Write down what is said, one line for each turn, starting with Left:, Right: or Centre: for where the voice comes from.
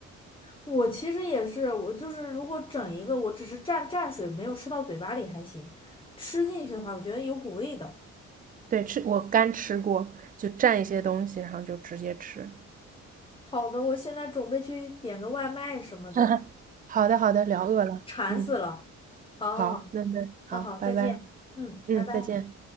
Left: 我其实也是，我就是如果整一个，我只是蘸蘸水，没有吃到嘴巴里还行，吃进去的话，我觉得有股味道。
Right: 对，吃我干吃过，就蘸一些东西，然后就直接吃。
Left: 好的，我现在准备去点个外卖什么的，
Right: <laughs> 好的，好的，聊饿了。
Left: 馋死了。
Right: 嗯，
Left: 好好好，
Right: 好，那那好，
Left: 那好，
Right: 拜拜。
Left: 再见。嗯，
Right: 嗯，
Left: 拜拜。
Right: 再见。